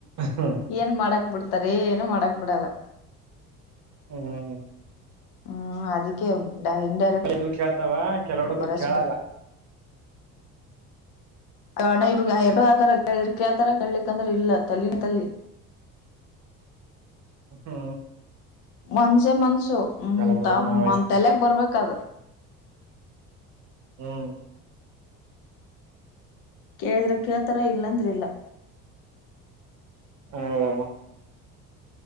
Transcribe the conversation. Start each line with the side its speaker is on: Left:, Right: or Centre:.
Right: ಹ್ಮ್
Left: ಏನ್ ಮಾಡಕ್ ಬಿಡ್ತಾರ ಏನು ಮಾಡಕ್ ಬಿಡಲ್ಲ.
Right: ಹ್ಮ್.
Left: ಹ್ಮ್ ಅದಕ್ಕೆ ಡಾ ಇಂಡಿರಿಕ್ಟ್
Right: ಇದು ಕೇಳ್ತಾವ ಕೆಲ ಹುಡುಗ್ರು
Left: ಬರಸ
Right: ಕೇಳಲ್ಲ
Left: <unintelligible> <inaudible> ಅಣ್ಣ ಇವ್ರಗ್ ಎರಡು ಆತರ ಕೇಳಿದ್ರೆ ಕೇಳ್ತಾರಾ ಕೇಳಿಕ್ ಅಂದ್ರೆ ಇಲ್ಲ ತೆಲ್ಲಿನ ತೆಲಿ.
Right: ಹ್ಮ ಹ್ಮ.
Left: ಮನಸೆ ಮನಸು ಹ್ಮ್ಮ್
Right: ಹುಡುಗ್ರು
Left: ತಮ್ಮ
Right: ಆ ವಯಸ್ಸಿನಾಗ
Left: ಮನ್ ತಲೆಗ್ ಬರ್ಬೇಕ ಅದ.
Right: ಹ್ಮ್
Left: ಕೇಳಿದ್ರ ಕೆಳತರ ಇಲ್ಲ ಅಂದ್ರ ಇಲ್ಲ.
Right: ಹ್ಮ್ಮ್.